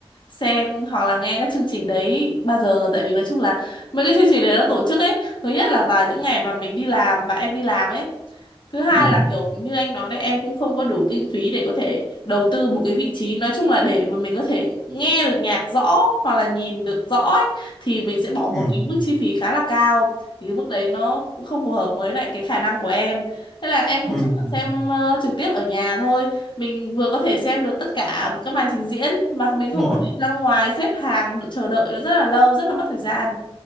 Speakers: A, on the left; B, in the centre.
A: xem hoặc là nghe các chương trình đấy bao giờ tại vì nói chung là mấy cái chương trình đấy nó tổ chức ấy thứ nhất là vào những ngày mà mình đi làm và em đi làm ấy thứ hai
B: ừ
A: là kiểu như anh nói đấy em cũng không có đủ kinh phí để có thể đầu tư một cái vị trí nói chung là để mà mình có thể nghe được nhạc rõ hoặc là nhìn được rõ ấy, thì mình sẽ bỏ
B: ừ
A: một cái mức chi phí khá là cao thì cái mức đấy nó cũng không phù hợp với lại cái khả năng của em nên là em cũng
B: ừ
A: chọn
B: ừ.
A: xem ờ, trực tiếp ở nhà thôi mình vừa có thể xem được tất cả các màn trình diễn mà mình không
B: đúng rồi
A: phải đi ra ngoài xếp hàng chờ đợi nó rất là lâu rất là mất thời gian